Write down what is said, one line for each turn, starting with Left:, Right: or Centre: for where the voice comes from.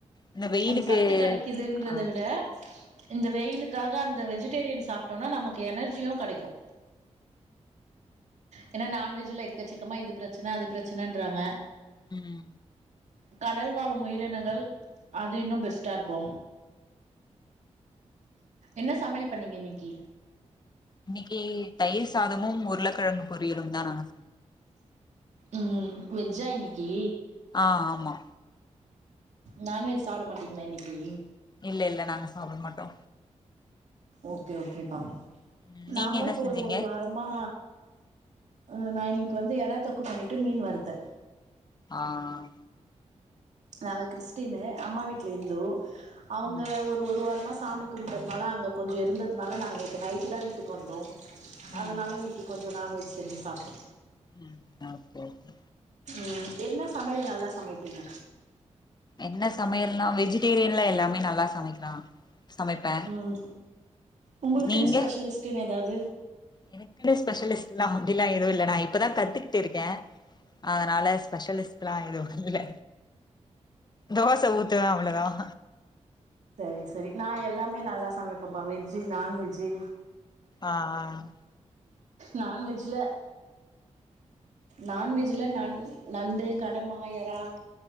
Left: இந்த வெயிலுக்கு
Right: அந்த சத்து கெடைக்குதுன்றத
Left: ஆ
Right: விட இந்த வெயிலுக்காக அந்த வெஜிடேரியன் சாப்ட்டோம்னா நமக்கு எனர்ஜியு கெடைக்கு ஏன்னா நான்வெஜ்ல எக்கச்சக்கமா இது பிரச்சன அது பிரச்சனன்றாங்க
Left: உம்
Right: கடல் வாழும் உயிரினங்கள் அது இன்னு பெஸ்டா இருக்கு என்ன சமையல் பண்ணீங்க இன்னைக்கு
Left: இன்னைக்கு தயிர் சாதமு உருளக்கெழங்கு பொரியலும் தான் நாங்க
Right: உம் வெஜ்ஜா இன்னைக்கி
Left: ஆஹ் ஆமா
Right: நான்வெஜ் சாப்ட மாட்டீங்ளா இன்னைக்கி
Left: இல்ல இல்ல நாங்க சாப்ட மாட்டோ
Right: ஓகே ஓகேப்பா
Left: ம்
Right: நாங்களு
Left: நீங்க என்ன
Right: இப்ப
Left: செஞ்சீங்க
Right: ஒரு ஒருவாரமா அஹ் நா இன்னைக்கு வந்து யறா தொக்கு பண்ணிட்டு மீன் வருத்தே
Left: ஆஹ்
Right: நாங்க கிறிஸ்டினு அம்மா வீட்டுல இந்து அவுங்க
Left: ம்
Right: ஒரு ஒரு வாரமா சா சாமி கும்டு அதனால் அங்க கொஞ்சோ இருந்ததுனால நாங்கள் நேத்து நைட்டு தான் வீட்டுக்கு வந்தோம்
Left: ம்
Right: அதனால இன்னைக்கு கொஞ்சோ நான்வெஜ் செஞ்சு சாப்டோ
Left: ம் ஓகே ஓகே
Right: உம் என்ன சமையல் நல்லா சமைப்பீங்க
Left: என்ன சமையல்னா வெஜிடேரியன்ல எல்லாமே நல்லா சமைக்கலா சமைப்பே
Right: உஹம் உங்களுக்குன்னு
Left: நீங்க
Right: ஸ்பெஷலிஸ்ட்னு ஏதாவது
Left: எனக்குன்னு ஸ்பெஷலிஸ்ட் எல்லாம் அப்படிலாம் எதுவும் இல் நான் இப்பதான் கத்துக்கிட்டு இருக்கேன் அதனால ஸ்பெஷலிஸ்ட் எலாம் எதுவும்ல தோச ஊத்துவேன் அவ்ளதான்
Right: சரி சரி நான் எல்லாமே நல்லா சமைப்பேன் அப்பப்ப வெஜ்ஜு நான்வெஜ்ஜு
Left: ஆஹ்ஆஹ்
Right: நான்வெஜ்ல நான்வெஜ்ல நண் நண்டு கடமா யரா